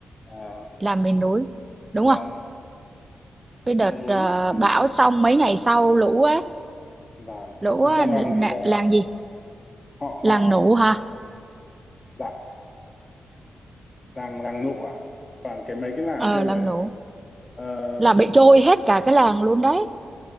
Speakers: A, on the left (about 30°); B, on the right (about 25°).
A: À,
B: là miền núi đúng
A: và
B: không cái đợt
A: miền núi
B: ờ,
A: ừ,
B: bão xong mấy ngày sau lũ ấy
A: và
B: lũ
A: đồng
B: ờ,
A: bằng thì
B: nạ-
A: là
B: làng gì
A: họ
B: làng
A: họ
B: nủ hả
A: dạ làng làng nụ à và cái mấy cái làng
B: ờ
A: trên
B: làng
A: đấy
B: nủ
A: Ờ,
B: là bị trôi hết cả cái làng luôn đấy